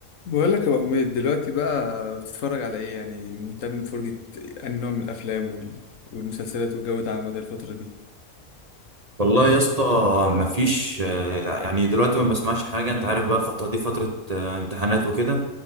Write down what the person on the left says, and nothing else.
بقول لك يا ابو حميد دلوقتي بقى بتتفرج على ايه يعني مهتم بفرجة انهي نوع من الافلام وال- والمسلسلات والجو ده عامة الفترة دي